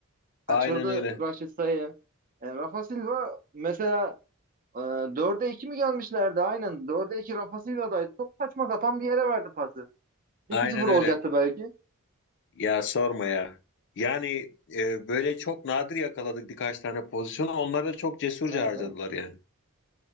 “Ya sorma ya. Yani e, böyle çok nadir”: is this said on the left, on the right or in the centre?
Left